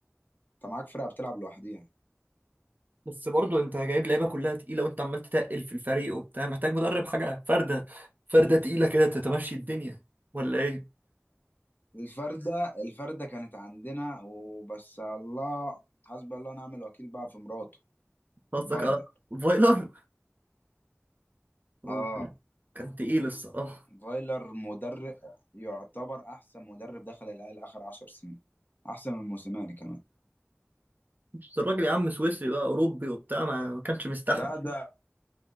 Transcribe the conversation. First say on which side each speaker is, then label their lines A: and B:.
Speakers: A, on the left (about 40°); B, on the right (about 40°).
A: انت معاك فرقه بتلعب لوحديها
B: بس برضه انت جايب لعيبه كلها تقيله وانت عمال تتقل في الفريق وبتاع محتاج مدرب حاجه فرده فرده تقيله كده تتمشي الدنيا ولا ايه
A: الفرده الفرده كانت عندنا وبس الله حسبي الله ونعم الوكيل بقى في مراته
B: قصدك
A: في فايلر
B: على فايلر هو
A: اه
B: كان كان تقيل الصراحه
A: فايلر مدرب يعتبر احسن مدرب دخل الاهلي اخر عشر سنين احسن من موسيماني كمان
B: بس الراجل يا عم سويسري بقى اوروبي وبتاع ما ما كانش مستحمل
A: لا ده